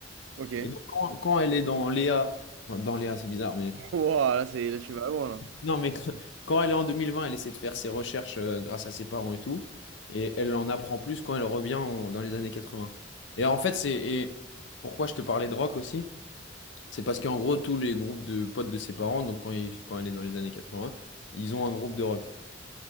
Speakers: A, on the right; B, on the left.
A: Ok. <laughs>
B: Et donc quand, quand elle est dans Léa, enfin, dans Léa, c'est bizarre, mais
A: Wow, là, c'est, là, tu vas loin, là
B: Non, mais quand quand elle est en 2020, elle essaie de faire ses recherches euh, grâce à ses parents et tout. Et elle en apprend plus quand elle revient en- dans les années 80. Et en fait, c'est et pourquoi je te parlais de rock aussi? C'est parce qu'en gros, tous les groupes de potes de ses parents, donc quand, ils- quand elle est dans les années 80, ils ont un groupe de rock.